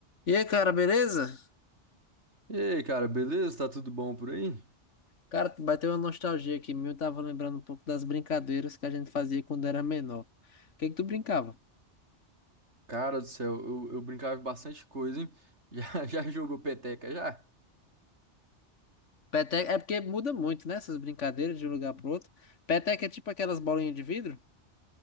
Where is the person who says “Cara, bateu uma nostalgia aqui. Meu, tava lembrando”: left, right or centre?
Left